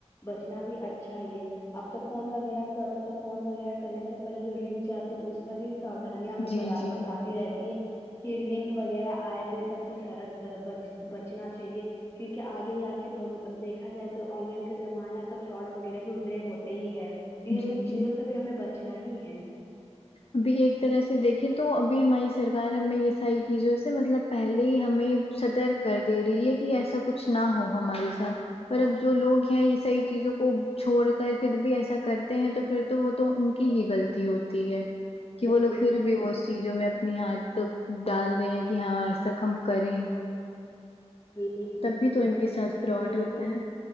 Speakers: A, on the left; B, on the left.
A: بچنا بھی اچھا ہی ہے اب تو فون وغیرہ کرو تو فون وغیرہ کرنے سے پہلے جو رنگ جاتی تو اس میں بھی ساؤدھنیاں بی
B: جی
A: بارا
B: جی
A: بتاتی رہے تی یے کی لنک وغیرہ آئے تو یے سب سے سرک آ بچ بچنا چاہیے کیونکی آگے جا کے بھوی اب دیکھا جائے تو آن لائن کا زمانہ تو فراڈ وغیرہ بھی اترے ہوتے ہی ہے تو یے
B: جی
A: سب چیزوں
B: جی
A: سے بھی ہمیں بچنا ہی ہے
B: ابھی ایک طرح سے دیکھیں تو ابھی ہماری سرکار ہمیں یے ساری چیزوں سے مطلب پہلے ہی ہمیں سترک کر دے رہی ہے کی ایسا کچھ نہ ہو ہمارے ساتھ پر اب جو لوگ ہیں یے صحیح چیزوں کو چھوڑ کر فیر بھی ایسا کرتے ہیں تو پھر تو وہ تو ان کی ہی غلطی ہوتی ہے کی وہ لوگ
A: جسے
B: فیر
A: ہمیں
B: بھی وہ چیزوں میں اپنی ہاتھ تک ڈال رہے ہیں کی ہاں ایسا ہم کریں
A: بالکل فونوں
B: تب بھی تو
A: کے
B: ان
A: دوارا
B: ساتھ
A: ٹی
B: فراڈ
A: وی یو
B: ہوتا
A: کے
B: ہے